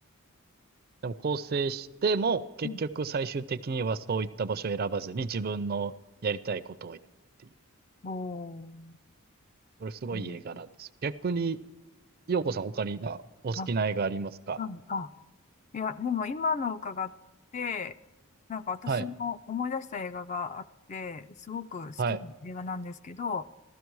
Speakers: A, on the right; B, on the left.
A: でも更生しても、結局最終的にはそういった場所を選ばずに自分のやりたいことをやるっていう、
B: うん、おー、
A: それすごいいい映画なんですよ。
B: うん、
A: 逆に、ようこさん他になんかお好きな映画ありますか
B: あ、あ、あ、いや、でも今の伺って、なんか私も思い出した映画があって、
A: はい、
B: すごく好きな映画なんですけど、
A: はい、